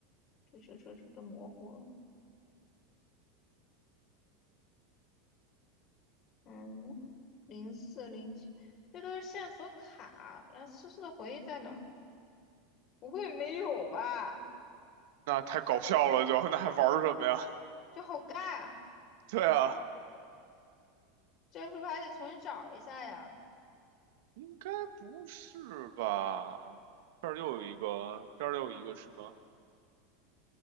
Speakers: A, on the left (about 45°); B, on the right (about 70°).
A: 这这这这都模糊了。嗯，零四零七，这都是线索卡。那诗诗的回忆在哪儿？不会没有吧？
B: 那太搞笑了就，<laughs> 那还玩什么呀？
A: 这好尬，
B: <laughs> 对啊，
A: 这是不是还得重新找一下呀？
B: 应该不是吧？这儿又有一个，这儿又有一个什么